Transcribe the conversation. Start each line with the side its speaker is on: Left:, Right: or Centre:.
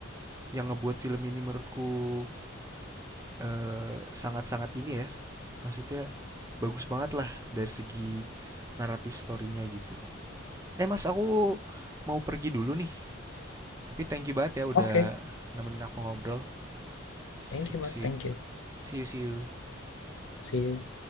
Right: yang ngebuat film ini menurutku eh, sangat-sangat ini ya maksudnya bagus banget lah dari segi naratif storynya gitu eh mas aku mau pergi dulu nih tapi thank you banget ya udah
Left: Oke,
Right: nemenin aku ngobrol sip
Left: Thank you, Mas.
Right: sip
Left: Thank you.
Right: see you see you
Left: See you.